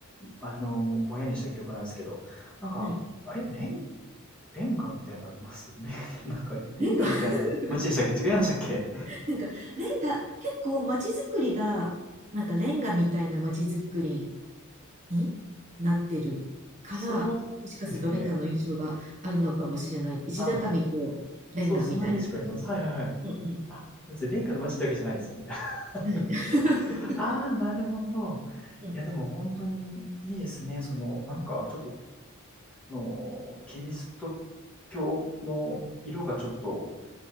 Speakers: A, in the centre; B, on the right.
A: あの、ぼんやりした記憶なんですけど、なんか、
B: はい、
A: あれレン、レンガみたいなのあります <laughs> レン、なんかレンガみたいな街でしたっけ違いましたっけ
B: レンガ <laughs> なんかレンガ、結構街づくりが、なんかレンガみたいな街づくりになってるから、
A: そうですよね。
B: もしかするとレンガの印象があるのかもしれない。石畳とレンガみたいな感じの。
A: あそう、そんなイメージがあります。はいはいはい。
B: うん
A: あ、別に、レンガの街ってわけじゃないですね。<laughs>
B: うん。
A: なるほど。
B: はい。<laughs>
A: ああ、なるほど。
B: うん。
A: いや、でも本当にいいですね。その、なんかちょっと、の、キリスト教の色がちょっと